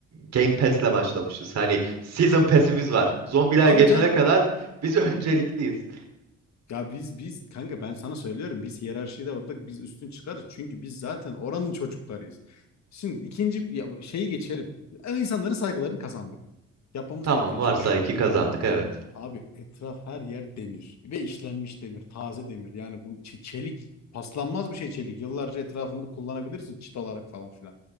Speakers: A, on the right; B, on the left.
A: Game Pass'le başlamışız. Hani Season Pass'imiz var. Zombiler
B: Tabii
A: geçene
B: canım.
A: kadar biz <laughs> öncelikliyiz.
B: Ya biz biz kanka ben sana söylüyorum biz hiyerarşide orada biz üstün çıkarız. Çünkü biz zaten oranın çocuklarıyız. Şimdi ikinci ya- şeyi geçelim. Yani İnsanların saygılarını kazandık. Yapmamız
A: Tamam
B: gereken
A: varsay
B: şey şu.
A: ki kazandık
B: Abi,
A: evet.
B: abi etraf her yer demir ve işlenmiş demir, taze demir. Yani bu çe- çelik paslanmaz bir şey çelik. Yıllarca etrafında kullanabilirsin çit olarak falan filan.